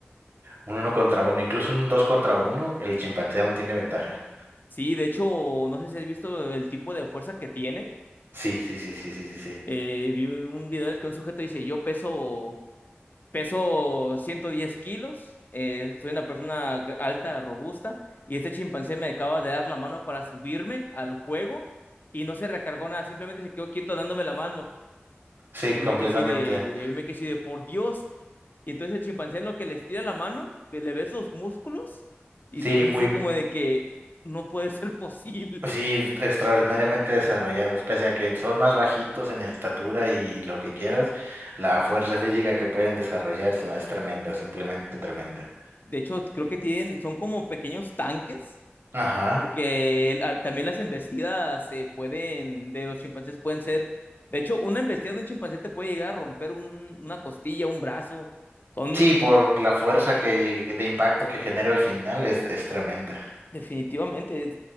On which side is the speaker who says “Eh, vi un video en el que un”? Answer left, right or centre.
Left